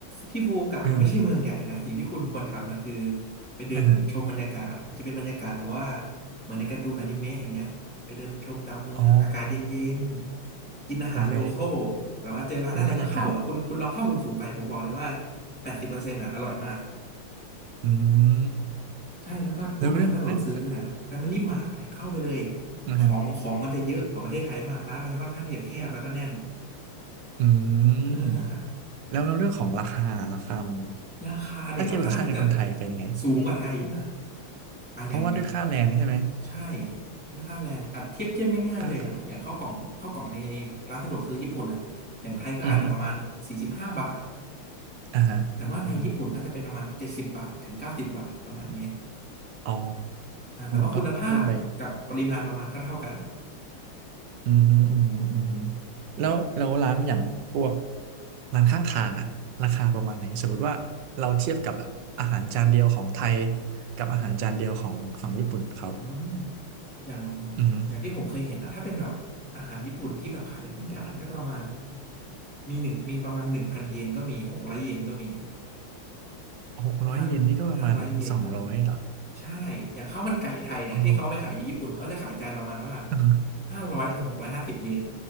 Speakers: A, in the centre; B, on the right.
A: ที่ฟูกะมันไม่ใช่เมืองใหญ่นะสิ่งที่คุณควรทำนะคือ
B: อืม
A: ไปเดินชมบรรยากาศมันจะเป็นบรรยากาศแบบว่า
B: อ่าฮะ
A: เหมือนในการ์ตูนอนิเมะอย่างเงี้ยไปเดินชมตามเมืองอากาศเย็นๆกินอาหารโลคอลแบบว่าเจอร้านอะไรก็เข้าอ่ะคุณคุณลองเข้าสุ่มๆไปผมบอกเลยว่า
B: อ๋อโอเคเป็นบรรยากาศ
A: แปดสิบเปอร์เซ็นต์อ่ะอร่อยมาก
B: อืม
A: ใช่แล้วก็พวกร้านสะดวกซื้อนะ
B: แล้วเรื่องเรื่อง
A: Family Mart เนี่ยเข้าไปเลย
B: อ่าฮะ
A: ของของมันจะเยอะกว่าประเทศไทยมากร้านมันจะค่อนข้างที่จะแคบแล้วก็แน่น
B: อืม
A: เออ
B: แล้วในเรื่องของราคาราคามัน
A: ราคาเด็กค่อนข้างที่จะ
B: ถ้าเทียบกับค่าเงินคนไทยเป็นไง
A: สูงกว่าไทยอยู่นะอ่ะอย่างอย่าง
B: เพราะว่าด้วยค่าแรงใช่ไหม
A: ใช่ด้วยค่าแรงอัดเทียบเทียบไม่ง่ายเลยอย่างอย่างข้าวกล่องข้าวกล่องใน
B: ค่า
A: ร้านสะดวกซื้อญี่ปุ่นนะอย่างไทยก็อาจจะประมาณสี่สิบห้าบาท
B: อือฮึอ่าฮะอือฮึ
A: แต่ว่าในญี่ปุ่นก็จะเป็นประมาณเจ็ดสิบบาทถึงเก้าสิบบาทประมาณนี้
B: อ๋อ
A: อ่าแต่ว่าคุณภาพกับปริมาณประมาณเท่าเท่ากัน
B: ก็เพิ่มไปอือฮึอือฮึอือฮึแล้วแล้วร้านอย่างพวกร้านข้างทางอะราคาประมาณไหนสมมติว่าเราเทียบกับแบบอาหารจานเดียวของไทยกับอาหารจานเดียวของฝั่งญี่ปุ่นเขา
A: อ๋อ อย่าง
B: อือฮึ
A: อย่างที่ผมเคยเห็นนะถ้าเป็นแบบอาหารญี่ปุ่นที่แบบขายเป็นจานๆก็จะประมาณมีหนึ่งมีประมาณหนึ่งพันเยนก็มีหกร้อยเยนก็มี
B: หกร้อยเยนนี่ก็ประมาณสองร้อยเหรอ
A: ห้าห้าร้อยเยนก็มีใช่อย่างข้าวมันไก่ไทยเนี่ยที่เขาเอาไปขายอยู่ญี่ปุ่นเขาก็จะขายจานประมาณว่า
B: อ๋ออือฮึ
A: ห้าร้อยถึงหกร้อยห้าสิบเยน